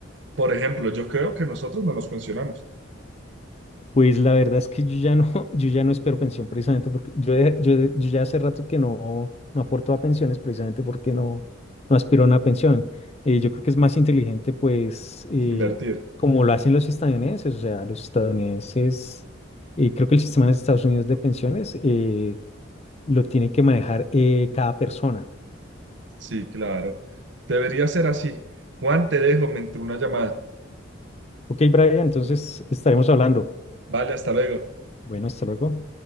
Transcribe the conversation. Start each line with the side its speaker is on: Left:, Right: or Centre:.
Right: por ejemplo, yo creo que nosotros no nos mencionamos.
Left: Pues la verdad es que yo ya no, <laughs> yo ya no espero pensión precisamente porque yo, de- yo, de- yo ya hace rato que no, no aporto a pensiones precisamente porque no, no aspiro a una pensión. Eh, yo creo que es más inteligente pues eh,
Right: Invertir.
Left: como lo hacen los estadounidenses, o sea, los estadounidenses, eh, creo que el sistema de Estados Unidos de pensiones eh, lo tiene que manejar eh, cada persona.
Right: Sí, claro. Debería ser así. Juan, te dejo, me entró una llamada.
Left: Ok, Brian, entonces estaremos hablando.
Right: Vale, hasta luego.
Left: Bueno, hasta luego.